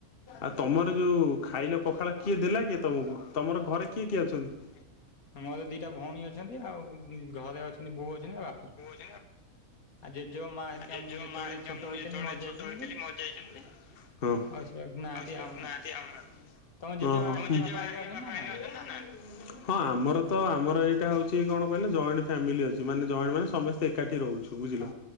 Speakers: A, on the left (about 45°); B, on the left (about 75°).
A: ଆଉ ତମର ଯୋଉ ଖାଇଲ ପଖାଳ କିଏ ଦେଲା କିଏ ତମକୁ ତମର ଘରେ କିଏ କିଏ ଅଛନ୍ତି।
B: ମୋର ଦିଟା ଭଉଣୀ ଅଛନ୍ତି ଆଉ ଘରେ ଅଛନ୍ତି ବୋଉ ଅଛନ୍ତି ଆଉ ବାପା।
A: <unintelligible> ଆଉ
B: ଆଉ ଜେଜେ ମା ହେରିକା
A: ଜେଜ
B: ମୁଁ ଯେତେବେଳେ
A: ମା ଘରିକା
B: ଛୋଟ
A: ମୁଁ
B: ହେଇଥିଲି
A: ଯେତେ ବେଳେ
B: ମରି
A: ଛୋଟ
B: ଯାଇଛନ୍ତି
A: ହେଇଥିଲି ମରି ଯାଇଛନ୍ତି। ଆଉ
B: ସେ ନାହାନ୍ତି
A: ସିଏ ଆଉ
B: ଆମ
A: ନାହାନ୍ତି ଆମେ ଆଉ।
B: ତମ ଜେଜେମା
A: ତମ
B: ହେରିକା
A: ଜେଜେ
B: ବାପା
A: ମା
B: ହେରିକା
A: ଘରିକା
B: ଅଛନ୍ତି
A: ବାପା
B: ନା
A: ଘରିକା
B: ନାହାନ୍ତି?
A: ଅଛନ୍ତି ନା। ହଁ ଆମର ତ ଆମର ଏଇଟା ହଉଛି କଣ। କହିଲେ ଜଏଣ୍ଟ ଫ୍ୟାମିଲି ଅଛି ମାନେ ଜଏଣ୍ଟ ମାନେ ସମେସ୍ତେ ଏକାଠି ରହୁଛୁ ବୁଝିଲ।
B: ହଁ